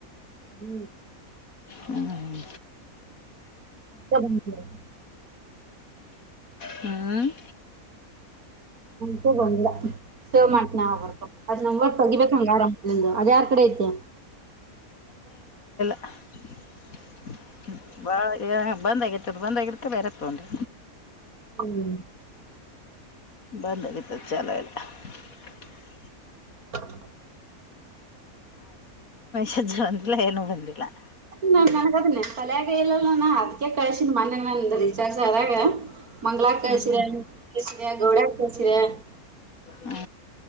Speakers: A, on the right; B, on the left.
A: ಹ್ಮ್
B: ಹ್ಮ್ಮ್
A: <inaudible>
B: ಹ್ಮ್
A: ನನ್ಕೂ ಗಂದಿಲ್ಲ ಸೇವ್ ಮಾಡ ನಾವಬರ್ಬೇಕು ಅದ್ ನಂಬರ್ ತಗಿಬೇಕ ಹೆಂಗರ ಅದ ಯಾರ್ ಕಡೆ ಐತಿ
B: ಬಾ ಏ <unintelligible> ಬಂದ ಆಗೈತ್ ಅದು ಬಂದ ಆಗಿರದ್ಕೆ ಬೇರೆ ತಗೊಂಡಿ
A: ಹ್ಮ್
B: ಬಂದಗತ ಚೆನ್ನಲ್ಲ <unintelligible>
A: <inaudible>
B: ಶಜ ಅಂತಿಲ್ಲ ಏನೂ ಬಂದಿಲ್ಲ <unintelligible>
A: ನಗೆದನ್ನ <unintelligible> ಕಲಿಯಾಗೈಲ್ಲಲ್ಲ ನಾ ಅದ್ಕ ಕಳ್ಸಿದ ಮೊನ್ನೆ ನಂದು ರಿಚಾರ್ಜ್ ಆದಾಗ ಮಂಗಗಳ ಕಳ್ಸರ
B: ಹ್ಮ್
A: ಕಸರ ಗೌಡ್ಯ ಕಸರ <unintelligible>
B: ಹ್ಮ